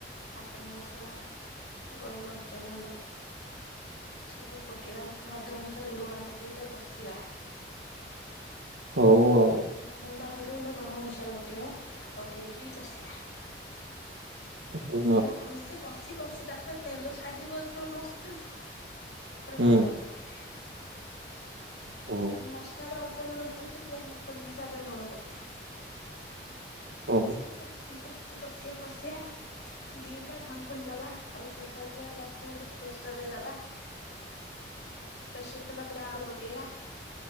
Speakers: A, on the left; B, on the right.
A: ମଟନ୍ ମସଲା, ଗୋଲମରିଚ ଗୁଣ୍ଡ। ସବୁ ପକେଇବା ସ୍ଵାଦ ଅନୁସାରେ ଲୁଣ ପକେଇକି ତା କସିବା।
B: ହଉ ଆଉ
A: ଲଙ୍କା ଗୁଣ୍ଡ, ହଳଦି ଗୁଣ୍ଡ, ତମ ଅନୁସାରେ ପକେଇବ ପକେଇକି କଷିବା।
B: ହଉ
A: ମସଲା ଭଲସେ କଷି କଷି ତା ସହିତ ତେଲ ଛାଡିିବ ଯେତେବେଳେ ମସଲା କୁ। ତାପରେ
B: ହୁଁ
A: ମଟନ ପକେଇବା।
B: କୁହ?
A: ଆମ ମସଲାରେ ଅଳ୍ପ ଲୁଣ ପକେଇଥିଲେ ପରେ ମଟନ ହିସାବରେ ଲୁଣ ପକେଇବା।
B: ହଉ
A: ତାକୁ କଷି କଷି କଷିଆ କଷିଆ। ଦିଟା ଢାଙ୍କୁଡ଼ି ଦବା ତାପରେ ଖୋଲସାରିଲା ପରେ ତାକୁ ଗୋଟେ ପ୍ରେସର ରେ ଦବା। ପ୍ରେସର ଦେଲା ପରେ ଆଳୁ ପକେଇବା